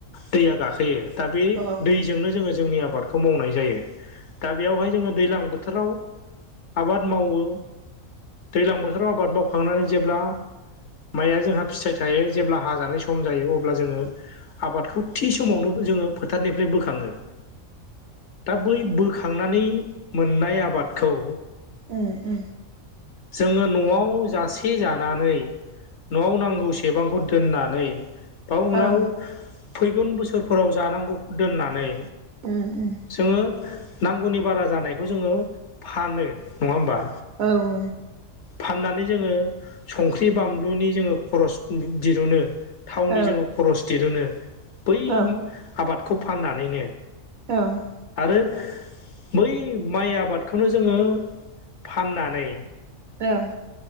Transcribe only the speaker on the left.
दैया गाखोयो दा बे
दैजोंनो जोङो जोंनि आबादखौ मावनाय जायो दा बेयावहाय जोङो दैलां बोथोर बोथोराव आबाद मावो दैज्लां बोथोराव आबाद मावखांनानै जेब्ला माइया जोंहा फिथाइ थायो जेब्ला हाजानाय सम जायो अब्ला जोङो आबादखौ थि समावनो जोङो फोथारनिफ्राय बोखाङो दा बै बो थांनानै मोननाय आबादखौ
जोङो न'आव जासे जानानै न'आव नांगौ सेबांखौ दोननानै बा
उनाव फैगोन बोसोरफोराव जानांगौ दोननानै
जोङो नांगौनि बारा जानायखौ जोङो फानो नङा होमबा?
फाननानै जोङो संख्रि बानलुनि जोङो खरस दिरुनो थावनि
जोङो खरस दिरुनो बै
आबादखौ फाननानैनो
आरो बै माइ आबादखौनो जोङो फाननानै